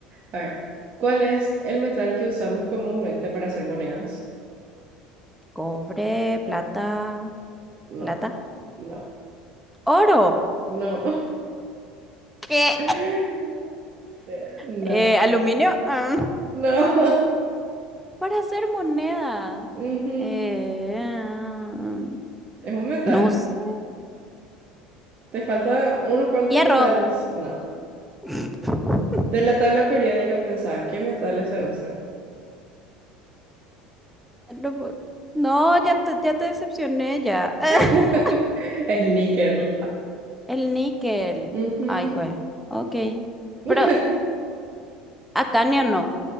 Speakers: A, on the right; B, in the centre.
A: A ver, ¿cuál es el metal que usamos comúnmente para hacer monedas?
B: Cobre, plata,
A: No,
B: plata,
A: no,
B: oro,
A: no,
B: ¿Qué?
A: <laughs> no,
B: eh, aluminio, ah,
A: no.
B: para hacer moneda.
A: <laughs> Ujú,
B: Eh, ah,
A: Es un metal.
B: no sé.
A: Te faltan unos cuantos
B: Hierro.
A: metales. No.
B: <laughs>
A: De la tabla periódica pensá, ¿qué metales se usan?
B: No, po- no, ya te, ya te decepcioné ya. <laughs>
A: <laughs> El níquel.
B: El níquel.
A: Ujú.
B: Ay, jue. Ok.
A: <laughs>
B: Pero acanio no.